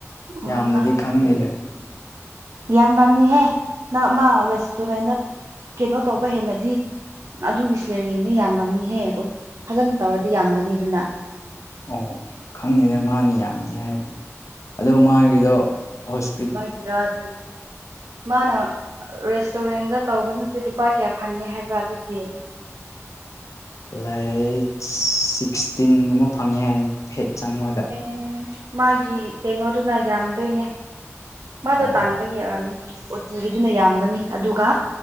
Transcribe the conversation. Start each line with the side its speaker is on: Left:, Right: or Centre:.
Right: ꯎꯝ
Left: ꯌꯥꯝꯅꯗꯤ ꯈꯪꯇꯦꯗ
Right: ꯌꯥꯝ ꯌꯥꯝꯅꯤꯍꯦ ꯅꯪ ꯃꯥ ꯔꯦꯁꯇꯨꯔꯦꯟꯗ ꯀꯩꯅꯣ ꯇꯧꯕ ꯍꯦꯟꯅꯗꯤ ꯑꯗꯨꯒꯤ ꯁꯂꯦꯔꯤꯅꯗꯤ ꯌꯥꯝꯃꯝꯅꯤꯍꯦ ꯐꯖꯅ ꯇꯧꯔꯗꯤ ꯌꯥꯝꯒꯅꯤ ꯑꯗꯨꯅ
Left: ꯑꯣ ꯈꯪꯗꯦꯅ ꯃꯥꯅꯤ ꯌꯥꯝꯅꯤ ꯍꯥꯏꯕꯅꯤ ꯑꯗꯣ ꯃꯥꯒꯤꯗꯣ ꯍꯣꯁꯄꯤ
Right: ꯒꯤ ꯔꯥꯑꯗꯤ <inaudible> ꯃꯥꯅ ꯔꯦꯁꯇꯨꯔꯦꯟꯗ ꯇꯧꯕꯅꯗꯤ ꯂꯨꯄꯥ ꯀꯌꯥ ꯐꯪꯉꯦ ꯍꯥꯏꯕ꯭ꯔꯥ ꯑꯗꯨꯗꯤ
Left: ꯥꯏ ꯁꯤꯛꯁꯇꯤꯟꯒꯨꯝꯕ ꯐꯪꯉꯦ ꯍꯥꯏ ꯍꯦꯛ ꯆꯪꯕꯗ
Right: ꯎꯝ ꯃꯥꯒꯤ ꯀꯩꯅꯣꯗꯨꯅ ꯌꯥꯝꯗꯣꯏꯅꯦ ꯃꯥꯗꯣ
Left: ꯑꯣ
Right: ꯇꯥꯟꯕꯒꯤꯔꯅꯤ ꯑꯣꯇꯤꯒꯤꯗꯨꯅ ꯌꯥꯝꯕꯅꯤ ꯑꯗꯨꯒ